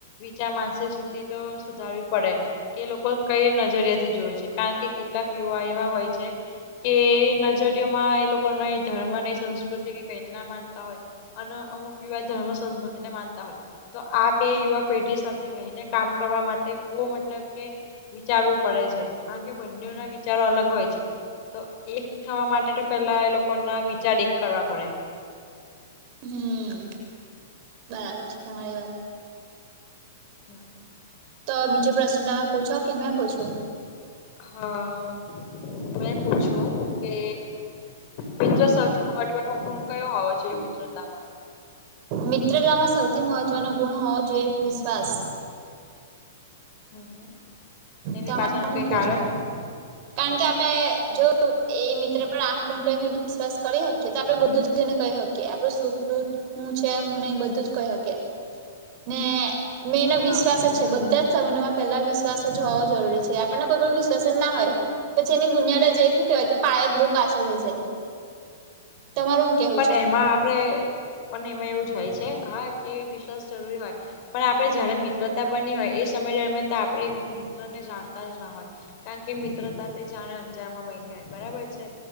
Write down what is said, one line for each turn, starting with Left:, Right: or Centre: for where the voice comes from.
Left: વિચાર, માનસિક સ્થિતિ તો સુધારવી પડે. કે લોકો કઈ નજરિયા થી જોવે છે, કારણ કે કેટલાક યુવા એવા હોય છે. કે નજરયોમાં એ લોકો નહીં, ધર્મ નઈ, સંસ્કૃતિ કે કઈને ના, માનતા હોય. અને અમુક યુવા ધર્મ, સંસ્કૃતિ ને માનતા હોય. તો આ બે યુવા પેઢી સાથે રહીને કામ કરવા માટે બહુ મતલબ કે વિચારવું પડે છે, કારણ કે બંનેના વિચારો અલગ હોય છે, તો એક થ એ તો, પેલા એ લોકો ના વિચાર એક કરવા પડે.
Right: હમ, બરાબર છે તમારી વાત.
Left: <unintelligible>
Right: તો બીજો પ્રશ્ન તમે પૂછો કે મેં પૂછો?
Left: હા, મેં પૂછ્યું કે મિત્ર, સૌથી મહત્વનો ભૂલ કયો હોવો જોઈએ? મિત્રતામાં.
Right: મિત્રતામાં સૌથી મહત્વનો ગુણ હોવો જોઈએ, વિશ્વાસ.
Left: <unintelligible> એની
Right: તમારે
Left: પાછળનું
Right: હું
Left: કઈ
Right: કેવુ
Left: કારણ?
Right: છે? કારણ કે, આપડે જો એ મિત્ર પર આંખ બંધ કરીને, વિશ્વાસ કરી શકીએ તો, આપડે બધું જ. કહી શકે, આપનો સુખ-દુઃખ પણ કહી શકે. ને મેંને
Left: હા
Right: વિશ્વાસ જ છે, બધા જ સંબંધ માં પેલા વિશ્વાસ. જવ જરૂરી છે, આપણને કોઈ પણ વિશ્વાસ ના હોય. પછી એની બુનિયાદ, જે શું કેવાય કે પાયત બહુ કાચો રહી જાય. તમારું હું કેવું
Left: પણ
Right: છે
Left: એમાં આપણેે. પણ એમાં એવું જ હોય છે, હા, કે વિશ્વાસ જરૂરી હોય. પણ આપણે જયારે મિત્રતા બની હોય, એ સમય દરમિયાન તો આપણે મિત્ર ને જાણતા જ ના હોય. કારણ કે મિત્રતા તે જાણે અંજારમાં બની હોય, બરાબર છે,